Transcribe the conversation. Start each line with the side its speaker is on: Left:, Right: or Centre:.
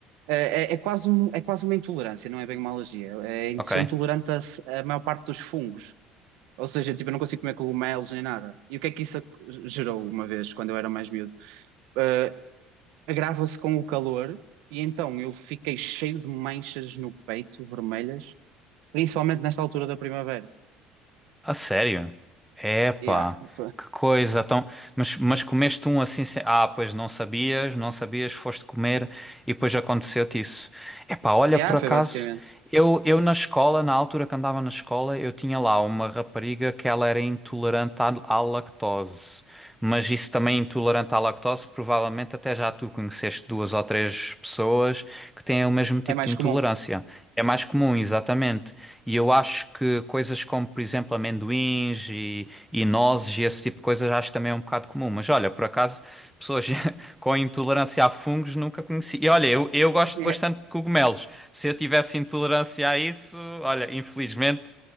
Right: é, é é quase um, é quase uma intolerância, não é bem uma alergia. É,
Centre: Ok.
Right: sou intolerante a, s- a maior parte dos fungos. Ou seja, tipo, eu não consigo comer cogumelos nem nada. E o que é que isso gerou uma vez, quando eu era mais miúdo? Eh, agrava-se com o calor e então eu fiquei cheio de manchas no peito, vermelhas, principalmente nesta altura da primavera.
Centre: A sério? Epá,
Right: Yeah, foi,
Centre: que coisa tão. Mas, mas comeste um assim sem... Ah, pois não sabias, não sabias, foste comer e depois aconteceu-te isso. Epá, olha,
Right: yeah,
Centre: por acaso,
Right: foi basicamente.
Centre: eu, eu na escola, na altura que andava na escola, eu tinha lá uma rapariga que ela era intolerante à, à lactose. Mas isso também é intolerante à lactose, provavelmente até já tu conheceste duas ou três pessoas que têm o mesmo tipo
Right: É mais
Centre: de intolerância.
Right: comum.
Centre: É mais comum, exatamente. E eu acho que coisas como, por exemplo, amendoins e, e nozes e esse tipo de coisas acho que também é um bocado comum. Mas olha, por acaso, pessoas <laughs> com intolerância a fungos nunca conheci. E olha, eu, eu gosto
Right: <laughs>
Centre: bastante de cogumelos. Se eu tivesse intolerância a isso, olha, infelizmente